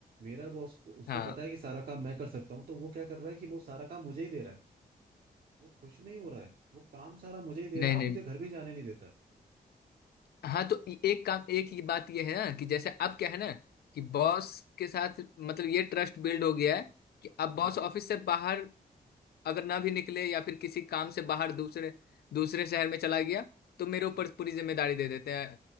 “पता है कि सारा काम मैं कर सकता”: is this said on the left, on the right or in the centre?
Right